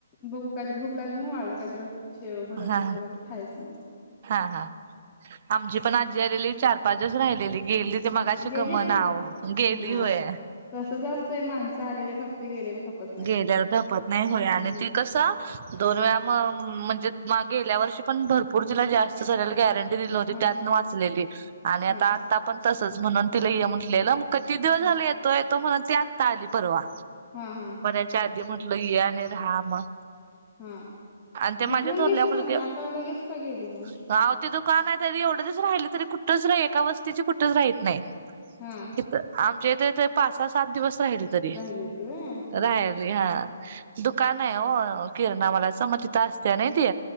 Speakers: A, on the left; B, on the right.
A: बघू काहीतरी भूक लागल म्हणून वाढलं काहीतरी. शेव भडंग
B: हा
A: असल काहीतरी तरी खायचं मग.
B: हा हा आमची पण आजी आलेली चार पाच दिवस राहिलेली गेली. ते मघाशी
A: गेलीच
B: गमना आवो ती गेली
A: हा
B: होय.
A: तसच असतंय माणसं आलेलं खपते गेलेलं खपत नाही
B: गेल्यावेळी खप नाय होई आणि
A: हम्म
B: ती कस दोन वेळा मग म्हणजे मा गेल्या वर्षी पण भरपूर <unintelligible> जास्त झालेल गॅरं <inaudible> त्यात
A: हम्म
B: न वाचलेली आणि आता
A: हम्म
B: आता पण तसच म्हणून तिला य म्हटलेल. <unintelligible> दिवस झाले
A: हम्म
B: येतो येतो म्हणत ती आता आली परवा.
A: हम्म, हम्म.
B: च्या आधी म्हटलं या आणि राहा मग
A: हा
B: आण ते माझ्या
A: मग ठेवून
B: थोरल्या
A: घ्यायची
B: मुलग्या
A: ना नाही आता लगेच का गेली मग
B: <inaudible> दुकान आहे तरी एवढंच राहिलं तरी कुठच राही एका वस्तीचे कुठच राहत नाही
A: हा
B: क आ? !!!!???? जे ते ते पाच साहा सात दिवस तरी
A: राहिले <inaudible>
B: राहिले हा दुकान नाय ओ किरणा मालाच मग तिथं असते नाय ती